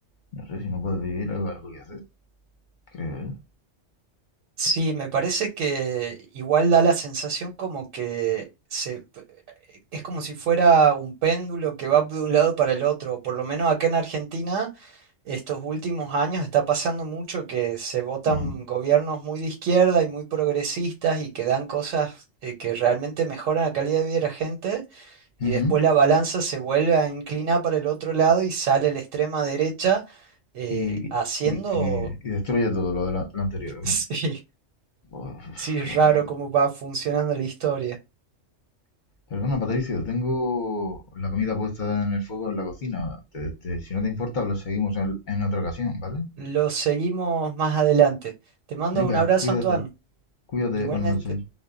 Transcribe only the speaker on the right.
Sí, me parece que igual da la sensación como que se, eh, es como si fuera un péndulo que va de un lado para el otro. Por lo menos acá en Argentina, estos últimos años está pasando mucho que se votan
gobiernos muy de izquierda y muy progresistas y que dan cosas eh, que realmente mejoran la calidad de vida de la gente. y
después la balanza se vuelve a inclinar para el otro lado y sale la extrema derecha eh,
haciendo,
<laughs>
sí,
sí,
raro
cómo va funcionando la historia.
Lo seguimos más adelante. Te mando
un abrazo,
Antoine,
igualmente.